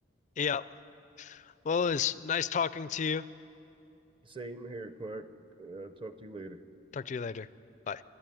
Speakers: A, on the left; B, on the right.
A: Yep. Well, it was nice talking to you.
B: Same here, Clark. Uh, talk to you later.
A: Talk to you later. Bye.